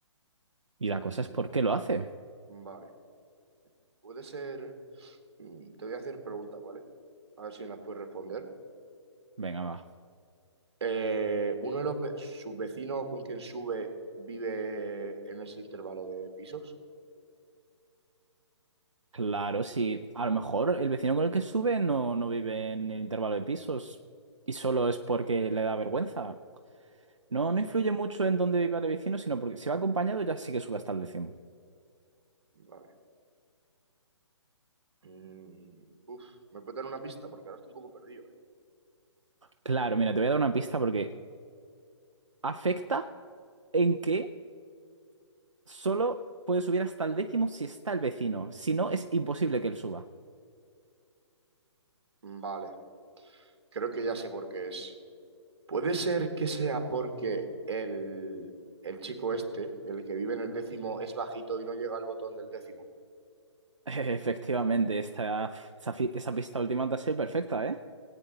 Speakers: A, on the right (about 85°); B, on the right (about 55°).
A: Y
B: Mm,
A: la cosa es ¿por qué lo hace?
B: vale. Puede ser... mm, te voy a hacer preguntas, ¿vale? A ver si me las puedes responder.
A: Venga, va.
B: Eh, ¿uno de los ve- sus vecinos con quien sube vive en ese intervalo de pisos?
A: Claro, sí. A lo mejor el vecino con el que sube no, no vive en el intervalo de pisos y solo es porque le da vergüenza. No,
B: Mm,
A: no influye mucho en dónde viva el vecino, sino porque si va acompañado ya sí que sube hasta el décimo.
B: vale. Mm, uf, ¿me puedes dar una pista? Porque ahora estoy un poco perdido, ¿eh?
A: Claro, mira, te voy a dar una pista porque afecta en que solo puede subir hasta el décimo si está el vecino. Si no, es imposible que él suba.
B: Vale, creo que ya sé por qué es. Puede ser que sea porque el, el chico este, el que vive en el décimo, es bajito y no llega al botón del décimo.
A: <laughs> Efectivamente, esta, esa, fi- esa pista última te ha sido perfecta, ¿eh?